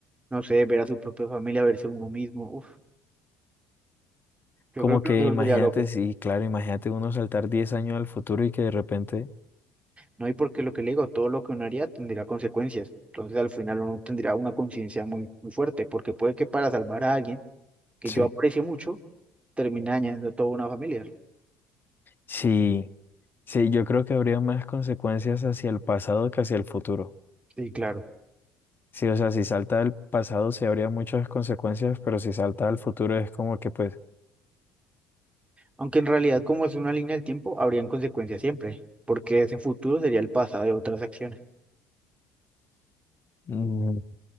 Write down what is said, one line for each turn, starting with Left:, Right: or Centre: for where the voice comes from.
Right: No sé, ver a su propia familia, verse uno mismo. Uf, yo
Left: Como
Right: creo que
Left: que
Right: me volvería
Left: imagínate,
Right: loco.
Left: sí, claro, imagínate uno saltar 10 años al futuro y que de repente,
Right: No, y porque lo que le digo, todo lo que uno haría tendría consecuencias. Entonces al final uno tendría una conciencia muy, muy fuerte, porque puede que para salvar a alguien que
Left: sí,
Right: yo aprecio mucho, termine dañando a toda una familia.
Left: sí, sí, yo creo que habría más consecuencias hacia el pasado que hacia el futuro.
Right: Sí, claro.
Left: Sí, o sea, si salta al pasado sí habría muchas consecuencias, pero si salta al futuro es como que pues
Right: Aunque en realidad, como es una línea del tiempo, habrían consecuencias siempre, porque ese futuro sería el pasado de otras acciones.
Left: Mm,